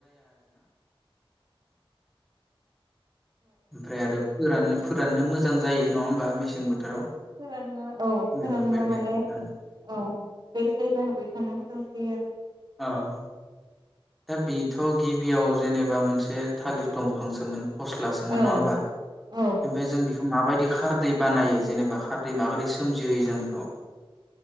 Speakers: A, in the centre; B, on the right (about 50°).
A: ओमफ्राय आरो फोराननो फोराननो मोजां जायो नङा होमबा मेसें बोथोराव
B: फोराननो औ फोराननो
A: बेफोरबायदि
B: माने औ
A: आरो
B: बेलथेना होबाय थानो मोजों <unintelligible>
A: अ । दा बेथ गिबियाव जेनेबा मोनसे थालिर दंफांसोमोन फस्लासोमोन
B: आरो
A: नङा होमबा
B: औ
A: ओमफ्राय जों बेखौ माबायदि खारदै बानायो जेनेबा खारदै माबोरै सोमजिहोयो जों बेखौ?